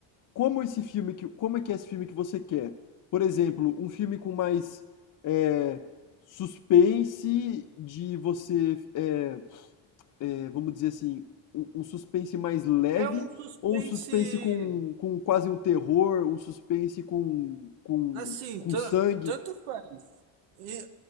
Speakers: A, on the left; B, on the right.
A: como esse filme que, como é que é esse filme que você quer? Por exemplo, um filme com mais é, suspense de você, é, é, vamos dizer assim, um, um suspense mais leve
B: É um suspense.
A: ou um suspense com, com quase um terror, um suspense com, com,
B: Assim,
A: com
B: tan-
A: sangue?
B: tanto faz. E